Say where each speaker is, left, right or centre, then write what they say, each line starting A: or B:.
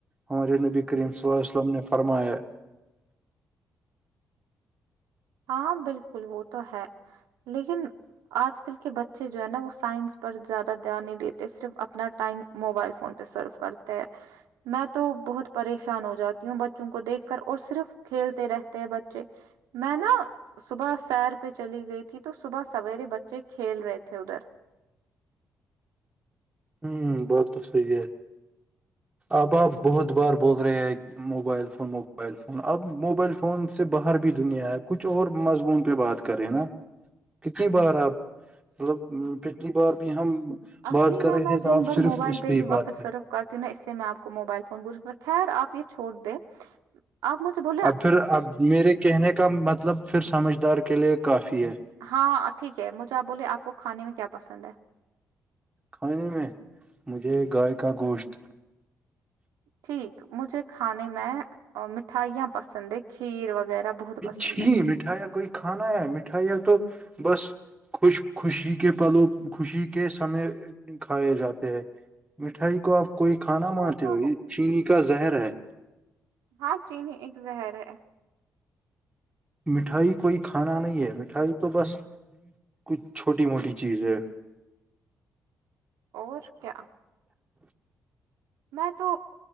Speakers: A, on the right; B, on the right.
A: ہمارے نبی کریم صلی اللہ وسلم نے فرمایا
B: ہاں بالکل وہ تو ہے لیکن آج کل کے بچے جو ہے نا وہ سائنس پر زیادہ دھیان نہیں دیتے صرف اپنا ٹائم موبائل فون پہ سروف کرتے ہے میں تو بہت پریشان ہو جاتی ہوں بچوں کو دیکھ کر اور صرف کھیلتے رہتے ہیں بچے میں نا صبح سیر پہ چلی گئی تھی تو صبح سویرے بچے کھیل رہے تھے ادھر
A: ہوں بہت کچھ تو یہ آپ آپ بہت بار بول رہے ہیں موبائل فون موبائل فون اب موبائل فون سے باہر بھی دنیا ہے کچھ اور مضمون پہ بات کرے نا
B: <inaudible>
A: کتنی بار آپ مطلب کتن بار بہ ہم
B: اصلی
A: بات کر
B: میں
A: رہے
B: میں
A: تھے تو
B: دن
A: آپ
B: بھر
A: صرف
B: موبائل
A: اس پہ ہی
B: وقت
A: بات کر
B: صرف کرتی ہوں نا اس لیے میں آپ کو موبائل فون پر خیر آپ یہ چھوڑ دے آپ مجھ سے بہت
A: اب پھر اب میرے کہنے کا مطلب پھر سمجھدار کے لیے کافی ہے
B: ہاں ٹھیک اب مجھے آپ بولیے آپ کو کھانے میں کیا پسند ہے
A: کھانے میں مجھے گائے کا گوشت
B: ٹھیک مجھے کھانے میں مٹھائیاں پسند ہے کھیر وغیرہ بہت پسند
A: چھی
B: ہے
A: مٹھائیا کوئی کھانا ہے مٹھائیاں تو بس خوش خوشی کے پلوں خوشی کے سمے کھائے جاتے ہیں مٹھائی کو آپ کوئی کھانا
B: وہ
A: مانتے
B: تو
A: ہو یہ چینی کا زہر ہے
B: ہاں چینی ایک زہر ہے
A: مٹھائی کوئی کھانا نہیں ہے مٹھائی تو بس کچھ چھوٹی موٹی چیز ہے
B: اور کیا میں تو